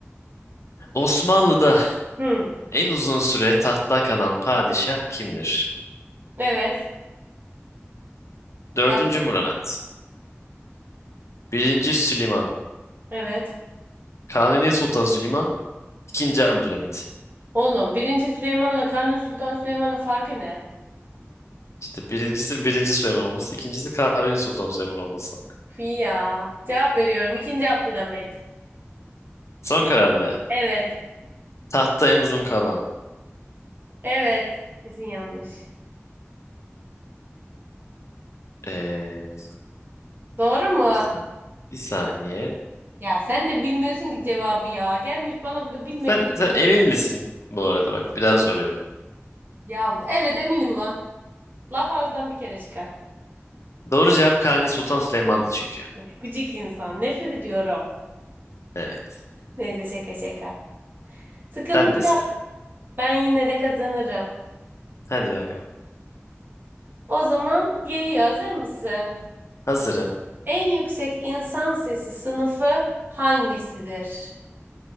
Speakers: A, on the left; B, on the right.
A: Osmanlı'da
B: Hı.
A: en uzun süre tahtta kalan padişah kimdir?
B: Evet.
A: Dördüncü
B: Başla.
A: Murat. Birinci Süleyman.
B: Evet.
A: Kanuni Sultan Süleyman. İkinci Abdülhamit.
B: Oğlum birinci Süleyman'la Kanuni Sultan Süleyman'ın farkı ne?
A: İşte birincisi birinci Süleyman olması. ikincisi Kanuni Sultan Süleyman olması.
B: Fi Ya. Cevap veriyorum. İkinci Abdülhamit.
A: Son karar mı?
B: Evet.
A: Tahtta en uzun kalan.
B: Evet. Kesin yanlış.
A: Ee,
B: Doğru mu?
A: bir saniye. Bir saniye.
B: Ya sen de bilmiyorsun ki cevabı ya. Gelmiş bana bunu bilmediği...
A: Sen, sen emin misin? Bu arada bak biraz soruyorum.
B: Ya evet eminim ulan. Laf ağızdan bir kere çıkar.
A: Doğru cevap Kanuni Sultan Süleyman'dı çünkü.
B: Of, Gıcık insan. Nefret ediyorum.
A: Evet.
B: Neyse şaka şaka. Sıkıntı
A: Sen de sıra.
B: yok. Ben yine de kazanırım.
A: Hadi bakalım.
B: O zaman geliyor. Hazır mısın?
A: Hazırım.
B: En yüksek insan sesi sınıfı hangisidir?